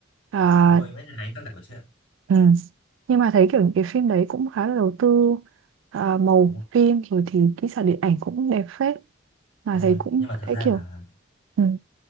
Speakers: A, on the right; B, on the left.
A: à,
B: đúng rồi Nguyễn Nhật Ánh tác giả của chuyện
A: ừ. Nhưng mà thấy kiểu những cái phim đấy cũng khá là đầu tư à, màu
B: đúng không
A: phim rồi thì kỹ xảo điện ảnh cũng đẹp phết mà
B: đúng
A: thấy
B: rồi
A: cũng
B: nhưng mà thật
A: thấy
B: ra
A: kiểu
B: là
A: ừ.